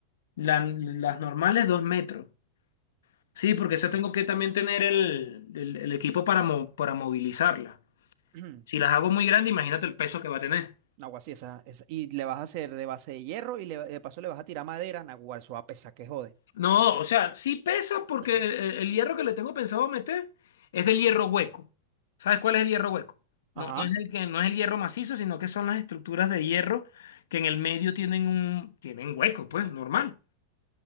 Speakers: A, on the left; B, on the right.
A: La- las normales, dos metros. Sí, porque
B: Ok.
A: eso tengo que también tener el, el- el equipo para, mo- para movilizarla.
B: <clears throat>
A: Si las hago muy grandes, imagínate el peso que va a tener.
B: Naguará, sí, esa, esa- Y le vas a hacer de base de hierro y le- de paso le vas a tirar madera, naguará, eso va a pesar que jode.
A: No, o sea, sí pesa
B: <clears throat>
A: porque el, el- el hierro que le tengo pensado meter es del hierro hueco. ¿Sabes cuál es el hierro hueco? No,
B: Ajá.
A: no es el que, no es el hierro macizo, sino que son las estructuras de hierro que en el medio tienen un, tienen hueco, pues, normal.